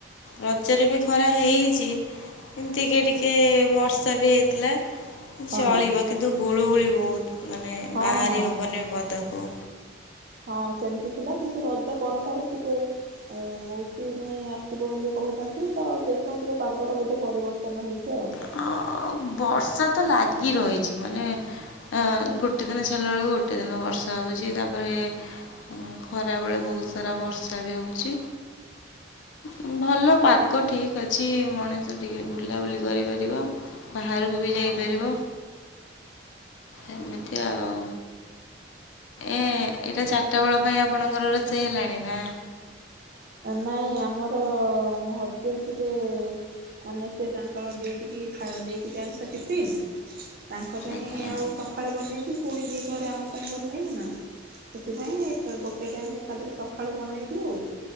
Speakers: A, on the left; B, on the right.
A: ରଜରେ ବି ଖରା ହେଇଚି କିନ୍ ଟିକେ ଟିକେ ବର୍ଷା ବି ହେଇ ଥିଲା ଉଁ
B: ହଁ
A: ଚଳିବ କିନ୍ତୁ ଗୁଳୁଗୁଳି ବହୁତ। ମାନେ
B: ହଁ
A: ବାହାରି
B: ହଁ
A: ହବନି ବଦାକୁ।
B: ହଁ ସେମିତି ଥିଲା କିନ୍ତୁ ରଜ ପରଠାରୁ ଟିକେ ଏ ମୌସୁମୀ ପାଇଁ ଆସିବ ବୋଲି କହୁଛନ୍ତି ତ ସେ ପାଇଁ ଟିକେ ପାଗର ବୋଧେ ପରିବର୍ତ୍ତନ ହେଇଚି ଆଉ।
A: ଅ ବର୍ଷା ତ ଲାଗି ରହିଚି ମାନେ ଅ ଗୋଟେ ଦିନ ଛାଡ଼ିଲା ଅଳୁ ଗୋଟେ ଦିନ ବର୍ଷା ହଉଚି ତାପରେ ଏ ଉଁ ଖରାବେଳେ ବୋହୁତ ସାରା ବର୍ଷା ବି ହଉଚି। ଉଁ ଭଲ ପାଗ ଠି କ୍ ଅଛି ମଣିଷ ଟିକେ ବୁଲାବୁଲି କରିପାରିବ ବାହାରୁକୁ ବି ଯାଇପାରିବ। ଏମିତି ଆଉ। ଏ ଏଇଟା ଚାରିଟା ବେଳ ପାଇଁ ଆପଣଙ୍କର ରୋଷେଇ ହେଲାଣି ନାଁ?
B: ନାଇଁ ଆମର ମୋ ହଜବେଣ୍ଡ ଟିକେ ମାନେ ସେ ତାଙ୍କର ଡିଉଟିିକି ଖା ନେଇକି ଯାଆନ୍ତି ତ ଟିଫିନ୍ ତାଙ୍କ ପାଇଁ
A: ଆଜ୍ଞା
B: ଆଉ ସଖାଳେ ବନେଇବି ପୁଣି ଦିପହରେ ଆମ ପାଇଁ ବନେଇବୁ ନାଁ? ସେଥିପାଇଁ ଏକା ଗୋଟେ ଟାଇମ୍ ଏକାଥରେ ସଖାଳୁ ବନେଇବି ଆଉ।